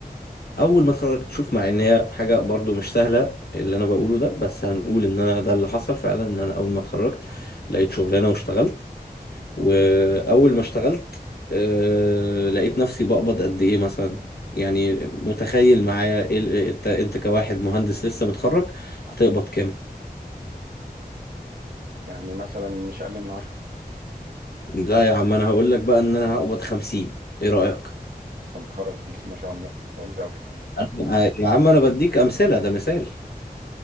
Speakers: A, on the left; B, on the right.
A: اول ما اتخرجت شوف مع ان هي حاجه برضو مش سهله اللي انا بقوله ده بس هنقول ان انا ده اللي حصل فعلا ان انا اول ما اتخرجت لقيت شغلانه واشتغلت واول ما اشتغلت آه، لقيت نفسي بقبض قد ايه مثلا يعني متخيل معايا إيه ال- انت انت كواحد مهندس لسه متخرج هتقبض كام
B: يعني مثلا مش اقل من عشرة
A: لا يا عم انا هقول لك بقى ان انا هقبض 50 ايه رايك
B: لسه متخرج 50 ما شاء الله كويس قوي
A: أنا- يا عم انا بديك امثله ده مثال